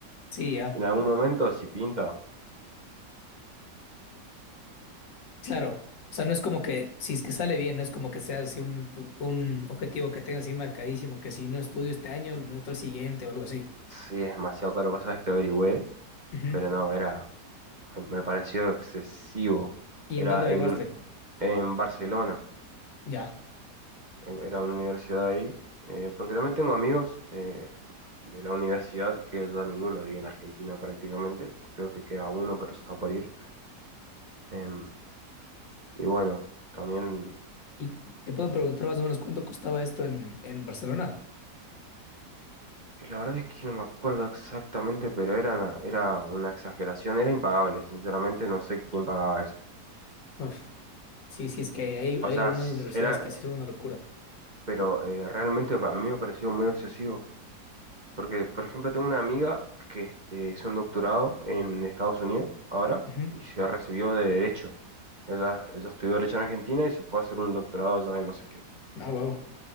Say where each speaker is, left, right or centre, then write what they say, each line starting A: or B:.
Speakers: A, on the left (about 85°); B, on the right (about 30°).
A: sí, ya.
B: En algún momento, si pinta,
A: Claro, o sea, no es como que, si es que sale bien, no es como que sea así un, pu- un objetivo que tenga así marcadísimo, que si no estudio este año, lo meto al siguiente o algo así.
B: sí es demasiado caro, vos sabés que averigüé,
A: Ujú.
B: pero no, era, me, me pareció excesivo.
A: ¿Y
B: Era
A: en dónde averiguaste?
B: en, un- en Barcelona.
A: Ya.
B: eh, era una universidad ahí, eh, porque también tengo amigos eh, de la universidad que ya ninguno vive en Argentina prácticamente, creo que queda uno, pero eso está por ir. Em, y bueno, también,
A: ¿Y te puedo preguntar más o menos cuánto costaba esto en, en Barcelona?
B: y la verdad es que no me acuerdo exactamente, pero era una, era una exageración, era impagable, sinceramente no sé quién pagaba eso.
A: Uf. Sí, sí, es que hay,
B: O
A: hay
B: sea,
A: algunas
B: s-
A: universidades
B: era,
A: que sí son una locura.
B: pero eh, realmente a mí me pareció muy excesivo. Porque, por ejemplo, tengo una amiga que eh, hizo un doctorado en Estados Unidos ahora
A: Ujú.
B: y se recibió de Derecho. Ella, ella estudió Derecho en Argentina y se fue a hacer un doctorado allá en no sé qué.
A: Ah, wow.